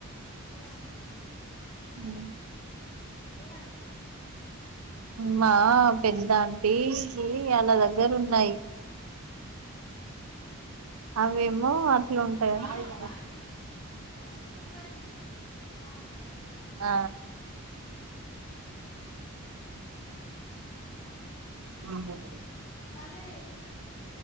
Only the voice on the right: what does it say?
ఉమ్
మా పెద్ద ఆంటి ఆళ్ల దగ్గర ఉన్నాయ్
అవ్వేమో అట్ల ఉంటాయి
ఆ <unintelligible>